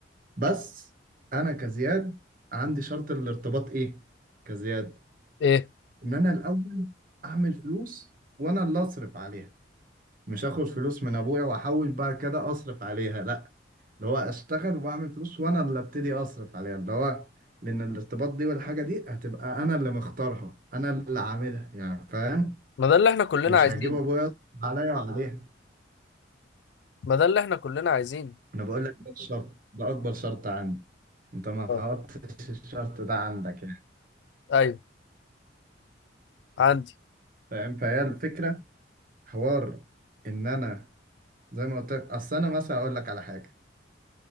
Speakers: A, on the right; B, on the left.
A: بس انا كزياد عندي شرط الارتباط ايه كزياد
B: ايه
A: ان انا الاول اعمل فلوس وانا اللي اصرف عليها مش اخد فلوس من ابويا واحاول بعد كده اصرف عليها لا اللي هو اشتغل واعمل فلوس وانا اللي ابتدي اصرف عليها اللي هو لان الارتباط دي والحاجه دي هتبقى انا اللي مختارها انا اللي عاملها يعني فاهم
B: ما ده اللي احنا كلنا
A: مش
B: عايزينه
A: هجيب ابويا يصرف عليا وعليها
B: ما ده اللي احنا كلنا عايزينه
A: انا بقول لك ده الشرط ده اكبر شرط عندي انت ما
B: آه.
A: قلتش الشرط ده عندك يعني
B: ايوه عندي
A: فاهم فهي الفكره حوار ان انا زي ما قلت لك اصل انا مثلا اقول لك على حاجه